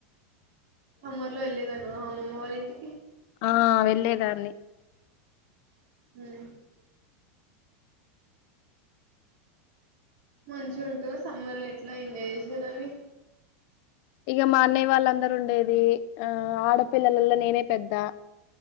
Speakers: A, on the right; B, on the left.
A: సమ్మర్ లో వెళ్ళలేదను అమ్మమ్మ వాళ్ళ ఇంటికి
B: ఆ వెళ్ళేదాన్ని
A: హు మంచి ఉంటు సమ్మర్ లో ఎట్లా ఎంజాయ్ చేసేదానివి
B: ఇక మా అన్నయ్య వాళ్ళందరుూ ఉండేది ఆ ఆడపిల్లలలో నేనే పెద్ద